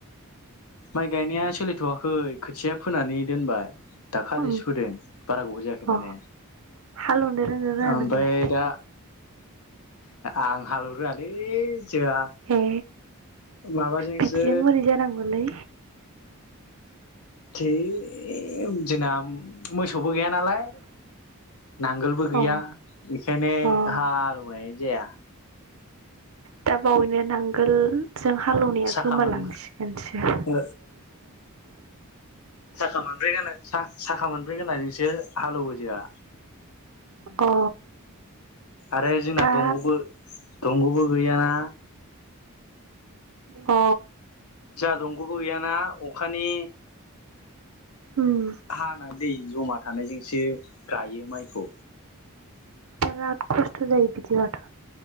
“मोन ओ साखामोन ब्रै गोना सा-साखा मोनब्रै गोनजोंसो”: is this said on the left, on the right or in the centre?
Left